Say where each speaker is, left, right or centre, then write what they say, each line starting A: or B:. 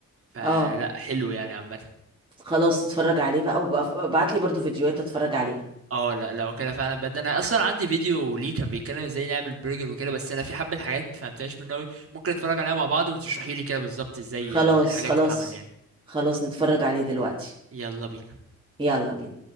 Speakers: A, on the right; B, on the right.
A: فلا
B: اه
A: حلو يعني عامة
B: خلاص اتفرج عليه بقى وابعت لي برضو فيديوهات اتفرج عليها
A: اه لا لو كده فعلا بجد أنا أصلا عندي فيديو ليه كان بيتكلم ازاي نعمل برجر وكده بس أنا في حبة حاجات مفهمتهاش منه أوي ممكن نتفرج عليها مع بعض وتشرحيلي كده بالظبط ازاي
B: خلاص
A: الحاجات
B: خلاص
A: تتعمل يعني
B: خلاص نتفرج عليه دلوقتي
A: يلا بينا
B: يلا بينا